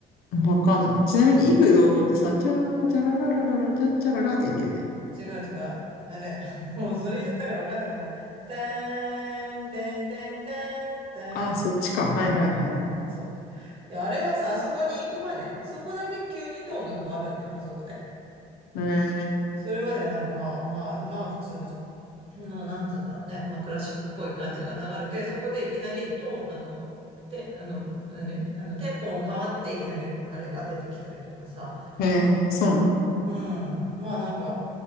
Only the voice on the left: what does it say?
うん。わかんない。ちなみに、威風堂々ってさ、チャー、チャラララララ、チャッチャララって言うんだよね。
あ、そっちか。はいはいはいはい。
えー、
ええそうなんだ。